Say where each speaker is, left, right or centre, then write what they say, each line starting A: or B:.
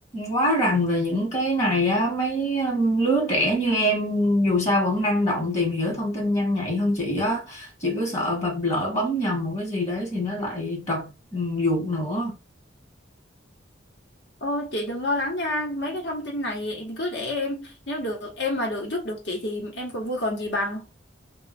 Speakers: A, on the left; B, on the left.
A: quá rành về những cái này á, mấy um, lứa trẻ như em dù sao vẫn năng động tìm hiểu thông tin nhanh nhạy hơn chị á. Chị cứ sợ và lỡ bấm nhầm một cái gì đấy thì nó lại trật ừ, ruột nữa.
B: Ô, chị đừng lo lắng nha, mấy cái thông tin này cứ để em, nếu được em mà được giúp được chị thì em còn vui còn gì bằng.